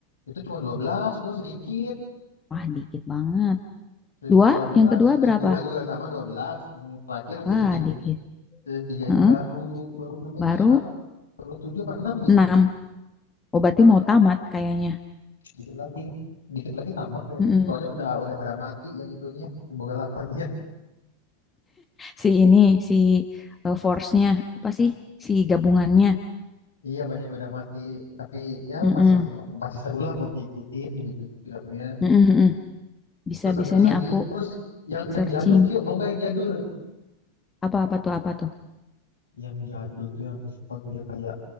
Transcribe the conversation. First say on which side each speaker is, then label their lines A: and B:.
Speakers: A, on the left (about 65°); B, on the left (about 15°).
A: Itu cuma dua belas itu masih dikit.
B: Wah, dikit banget.
A: Season
B: Dua,
A: 1 12,
B: yang kedua
A: season
B: berapa?
A: 2 juga sama 12. Yang terakhir
B: Wah,
A: season 3
B: dikit.
A: ini, season 3
B: Heeh,
A: ini baru baru 6 episode
B: baru
A: apa? Baru 7, apa 6 gitu.
B: enam. Oh, berarti
A: Heeh,
B: mau tamat kayaknya.
A: dikit lagi. Dikit lagi tamat kayaknya.
B: Mm-mm.
A: Soalnya udah udah pada mati yang itunya, bukan lakonnya.
B: Si ini, si eh, force-nya, apa sih? Si gabungannya.
A: Iya, banyak yang udah mati, tapi ya
B: mm
A: masih masih masih seru lah buat diikutin gitu filmnya.
B: Mm-mm, mm-mm. Bisa-bisa
A: Terus ada lagi,
B: nih aku
A: terus yang yang
B: searching.
A: jadul, Cuk. Mau nggak yang jadul?
B: Apa-apa tuh, apa tuh?
A: Yang jadul tuh yang aku suka tuh ya kayak